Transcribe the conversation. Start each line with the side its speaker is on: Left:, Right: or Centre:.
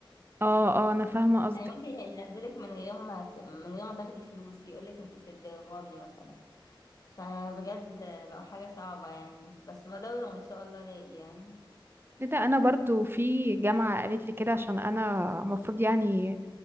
Right: اه اه انا فاهمه قصدك
Left: يعني ممكن ينزلك من غير ما ت- من غير ما تاخدي فلوس يقولك انت بتتدربي مثلا فبجد آه، بقوا حاجه صعبه يعني بس بدور وان شاء الله الاقي يعني
Right: ايه ده انا برضو في جامعه قالت لي كده عشان انا المفروض يعني